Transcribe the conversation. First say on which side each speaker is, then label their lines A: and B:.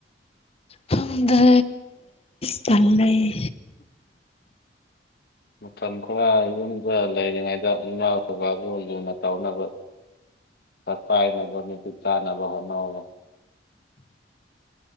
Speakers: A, on the left; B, on the left.
A: ꯍꯗ ꯆꯂ ꯂꯩ
B: ꯃꯇꯝ ꯈꯔ ꯌꯨꯝꯗ ꯂꯩꯔꯤꯉꯩꯗ ꯏꯃꯥ ꯕꯥꯕꯥꯕꯨ ꯂꯨꯅ ꯇꯧꯅꯕ ꯄꯥꯏꯅꯕ ꯃꯇꯤꯛ ꯆꯥꯅꯕ ꯍꯣꯠꯅꯕꯔꯒ